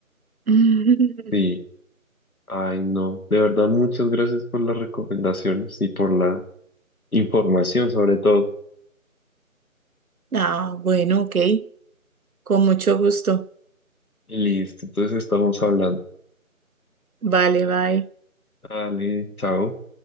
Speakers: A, on the right; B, on the left.
A: <laughs>
B: Sí, ay no, de verdad muchas gracias por las recomendaciones y por la información sobre todo.
A: Ah, bueno, ok. Con mucho gusto.
B: Listo, entonces estamos hablando.
A: Vale, bye.
B: Dale, chao.